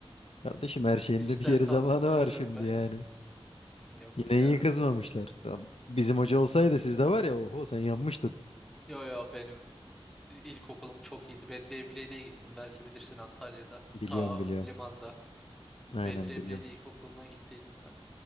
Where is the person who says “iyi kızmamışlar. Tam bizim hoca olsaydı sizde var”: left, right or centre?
Left